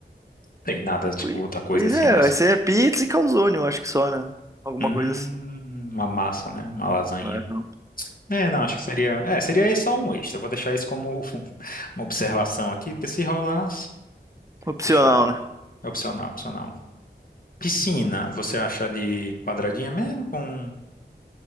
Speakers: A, on the left; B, on the right.
A: Tem nada, tipo,
B: poi-
A: outra coisa
B: pois
A: assim,
B: é,
A: né?
B: vai
A: Só-
B: ser pizza e calzone, eu acho que só, né? Alguma
A: Hum,
B: coisa assim.
A: uma massa, né? Uma lasanha.
B: Aham.
A: É, não, acho que seria. É, seria só um extra. Eu vou deixar isso como <laughs> uma observação aqui, porque se rolar.
B: Opcional,
A: Deixa eu ver.
B: né?
A: É opcional, opcional. Piscina, você acha de quadradinha mesmo? Com...